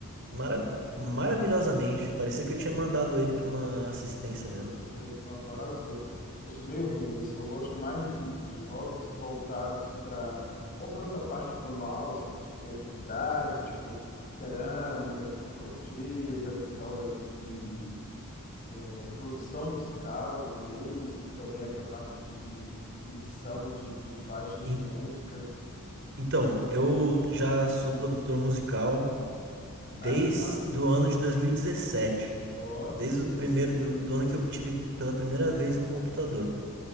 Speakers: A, on the right; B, on the left.
A: mara maravilhosamente. Parecia que eu tinha mandado ele pra uma assistência
B: Assistente,
A: mesmo.
B: nossa, arrasou. Eu sou meio ruim, assim, eu gosto mais de, de hobbies voltados para ou para essa parte manual, assim, de criatividade, tipo cerâmica, tipo crochê, eu já fiz aula de é, produção musical uma vez, que também é essa parte de, de edição de, de faixas
A: En-
B: de músicas.
A: Então, eu já sou produtor musical desde
B: Ah, que massa!
A: o ano de 2017.
B: Nossa,
A: Desde
B: eu já tenho
A: o primeiro
B: uma experiência.
A: do, do ano que eu tive pela primeira vez um computador.